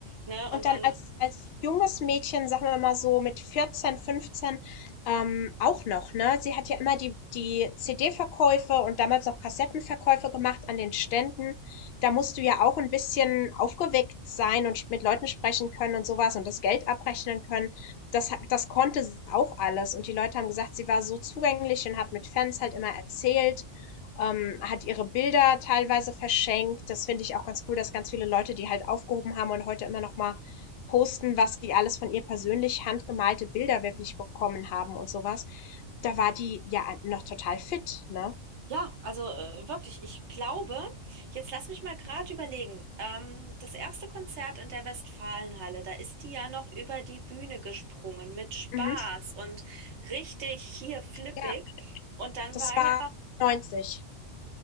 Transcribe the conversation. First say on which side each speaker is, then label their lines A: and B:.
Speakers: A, on the right; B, on the left.
A: ne?
B: Und
A: Und
B: dann
A: dann
B: als als junges Mädchen, sagen wir mal so mit vierzehn fünfzehn ähm, auch noch, ne? Sie hat ja immer die die CD-Verkäufe und damals noch Kassettenverkäufe gemacht an den Ständen. Da musst du ja auch ein bisschen aufgeweckt sein und mit Leuten sprechen können und sowas und das Geld abrechnen können. Das hat das konnte sie auch alles. Und die Leute haben gesagt, sie war so zugänglich und hat mit Fans halt immer erzählt, ähm, hat ihre Bilder teilweise verschenkt. Das finde ich auch ganz cool, dass ganz viele Leute die halt aufgehoben haben und heute immer noch mal posten, was die alles von ihr persönlich handgemalte Bilder wirklich bekommen haben und sowas. Da war die ja noch total fit, ne?
A: Ja, also äh, wirklich, ich glaube, jetzt lass mich mal gerade überlegen. Ähm, das erste Konzert in der Westfalenhalle, da ist die ja noch über die Bühne gesprungen mit Spaß
B: Mhm.
A: und richtig hier flippig.
B: Ja,
A: Und dann
B: das
A: war
B: war
A: ja,
B: neunzig